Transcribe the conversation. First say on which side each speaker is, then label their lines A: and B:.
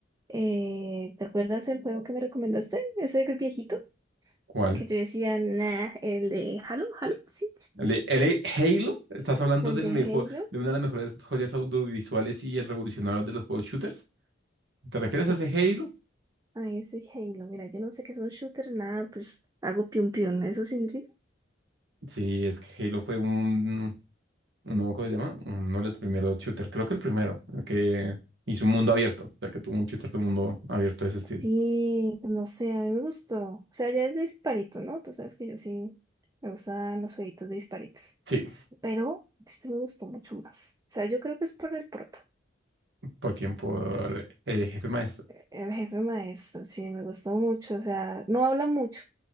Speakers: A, on the right; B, on the right.
A: eh, ¿te acuerdas el juego que me recomendaste? Ese que es viejito,
B: ¿Cuál?
A: que yo decía, nah, el de Halo, Halo, sí,
B: ¿El de, el de Halo? ¿Estás hablando
A: el
B: del
A: de
B: mejor,
A: Halo.
B: de una de las mejores joyas audiovisuales y el revolucionario de los juegos shooters? ¿Te refieres
A: Sí,
B: a ese Halo?
A: ay, ese Halo, mira, yo no sé qué es un shooter, nada, pues hago piun piun, ¿eso sí?
B: Sí, es que Halo fue un, No, me acuerdo ¿cómo se llama? Uno de los primeros shooters, creo que el primero, el que hizo un mundo abierto, o sea, que tuvo un shooter de mundo abierto de ese estilo.
A: Sí, pues, no sé, a mí me gustó. O sea, ya es de disparito, ¿no? Tú sabes que yo sí me gustan los jueguitos de disparitos.
B: Sí,
A: Pero este me gustó mucho más. O sea, yo creo que es por el prota.
B: por quien, por el jefe maestro.
A: El jefe maestro, sí, me gustó mucho. O sea, no habla mucho,